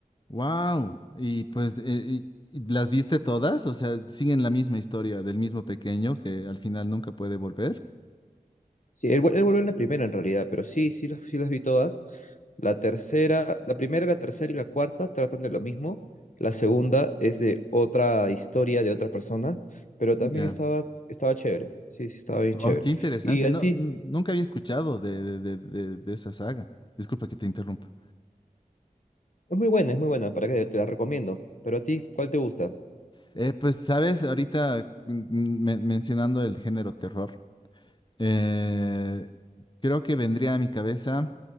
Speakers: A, on the left; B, on the left.
A: Wow. Y pues, eh, y- y ¿las viste todas? O sea, siguen la misma historia del mismo pequeño que al final nunca puede volver.
B: sí, él, vu- él vuelve en la primera en realidad, pero sí, sí las, sí las vi todas. La tercera, la primera, la tercera y la cuarta tratan de lo mismo. La segunda es de otra historia de otra persona, pero también
A: Ya.
B: estaba, estaba chévere. Sí, sí, estaba bien
A: Oh,
B: chévere.
A: qué interesante.
B: Y a
A: No,
B: ti,
A: n- nunca había escuchado de, de, de, de- de esa saga. Disculpa que te interrumpa.
B: es muy buena, es muy buena, para que te la recomiendo. Pero a ti, ¿cuál te gusta?
A: Eh, pues, sabes, ahorita mm, men- mencionando el género terror. Eh, creo que vendría a mi cabeza,